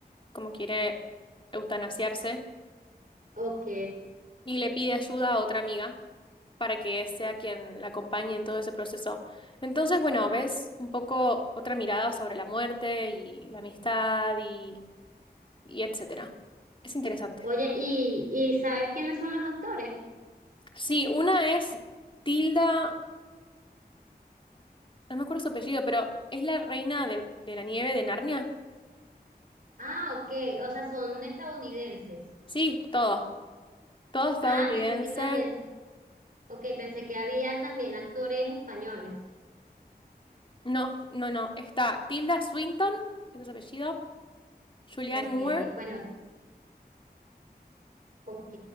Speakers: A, on the left; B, on the right.
A: como quiere eutanasiarse,
B: Ok.
A: y le pide ayuda a otra amiga para que sea quien la acompañe en todo ese proceso. Entonces, bueno, ves un poco otra mirada sobre la muerte y la amistad y, y etcétera. Es interesante.
B: Oye, ¿y, y sabes quiénes son los actores?
A: Sí, una es Tilda. No me acuerdo su apellido, pero es la reina de, de la nieve de Narnia.
B: Ah, ok. O sea, son estadounidenses.
A: Sí, todo. Todo estadounidense.
B: Ah, pensé que también. Ok, pensé que habían también actores españoles.
A: No, no, no. Está Tilda Swinton, ese es su apellido. Julianne
B: Ok,
A: Moore.
B: bueno, ok.